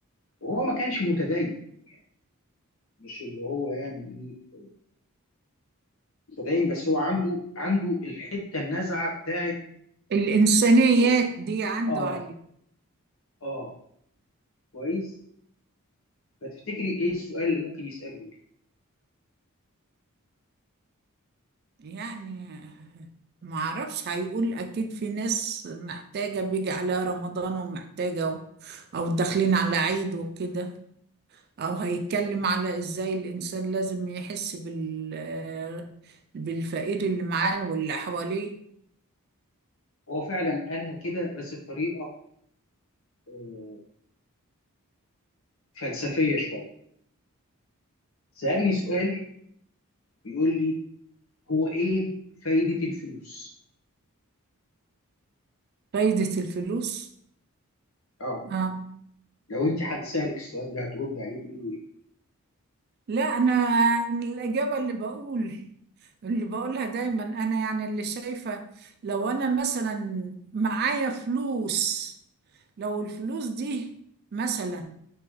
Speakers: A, on the left; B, on the right.
A: وهو ما كانش متدين يعني مش اللي هو يعني ايه متدين بس هو عنده عنده الحته النزعه بتاعت
B: الإنسانيات
A: ال-
B: دي عنده
A: اه
B: عالية
A: اه كويس فتفتكري ايه السؤال اللي ممكن يساله لي
B: يعني <laughs> معرفش هيقول أكيد في ناس محتاجة بيجي عليها رمضان ومحتاجة و- أو داخلين على عيد وكده أو هيتكلم على إزاي الإنسان لازم يحس بال بالفقير اللي معاه واللي حواليه
A: هو فعلا قالها كده بس بطريقه آه فلسفيه شويه سالني سؤال بيقول لي هو ايه فايده الفلوس
B: فايدة الفلوس
A: اه
B: آه.
A: لو انت حد سالك السؤال ده هترد عليه تقول له ايه
B: لا انا يعني الاجابه اللي بقول اللي بقولها دايما انا يعني اللي شايفه لو انا مثلا معايا فلوس لو الفلوس دي مثلا